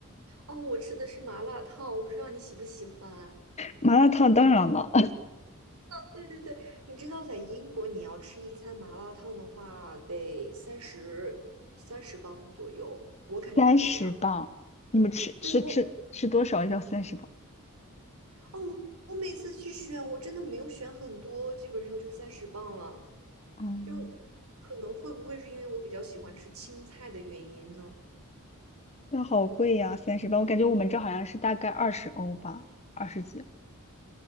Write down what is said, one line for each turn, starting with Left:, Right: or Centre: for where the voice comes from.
Right: 哦，我吃的是麻辣烫，我不知道你喜不喜欢。
Left: 麻辣烫当然了，
Right: 对对对，你知道在英国，你要吃一餐麻辣烫的话，得三十三十磅左右，我感觉是这样。
Left: 三十磅，你们吃吃吃吃多少要三十磅？
Right: 对我，哦，我每次去选，我真的没有选很多，基本上就三十磅了。
Left: 嗯，
Right: 就可能会不会是因为我比较喜欢吃青菜的原因呢？
Left: 那好贵呀，三十磅，我感觉我们这好像是大概二十欧吧，二十几。